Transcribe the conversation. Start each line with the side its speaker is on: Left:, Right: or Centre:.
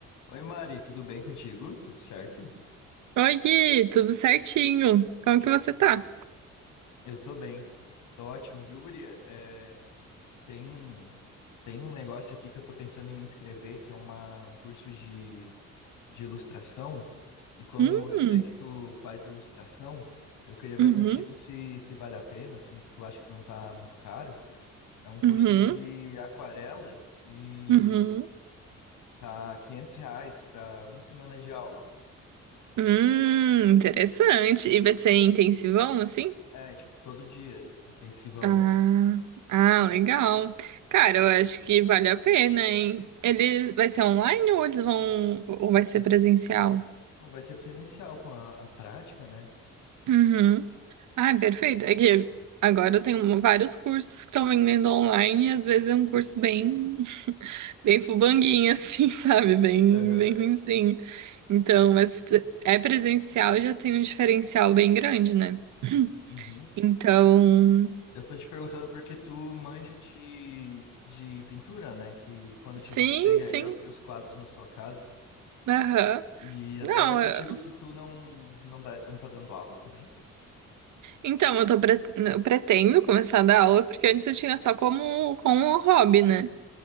Left: Oi, Mari, tudo bem contigo? Tudo certo?
Right: Oi, Gui, tudo certinho? Como que você tá?
Left: Eu tô bem. Tô ótimo, viu, guria? É, tem, tem um negócio aqui que eu tô pensando em me inscrever, que é uma, um curso de, de ilustração. E como
Right: Hum,
Left: eu sei que tu faz ilustração, eu queria ver
Right: uhum,
Left: contigo se, se vale a pena, se tu acha que não tá muito caro. É um curso
Right: uhum,
Left: de aquarela e
Right: uhum.
Left: tá 500 reais pra uma semana de aula.
Right: Hum, interessante. E vai ser intensivão, assim?
Left: É, tipo, todo dia, intensivão.
Right: Ah, ah, legal. Cara, eu acho que vale a pena, hein? Eles, vai ser online ou eles vão, ou vai ser presencial?
Left: Não vai ser presencial com a, a prática, né?
Right: Uhum. ai perfeito. É que agora eu tenho um- vários cursos que estão vendendo online e às vezes é um curso bem, <laughs> bem fubanguinho, assim, <laughs> sabe? Bem,
Left: Aham.
Right: bem ruinzinho. Então, mas pre- é presencial já tem um diferencial bem grande, né? <clears throat>
Left: Uhum.
Right: Então,
Left: N- Eu tô te perguntando porque tu manja de, de pintura, né? Que quando eu te
Right: sim,
Left: visitei
Right: sim.
Left: aí eu vi os quadros na sua casa.
Right: Aham.
Left: E até
Right: Não,
Left: ver contigo
Right: eu-
Left: se tu não, não, dá, não tá dando aula também.
Right: então eu tô pre- eu pretendo começar a dar aula porque antes eu tinha só como como um hobby, né?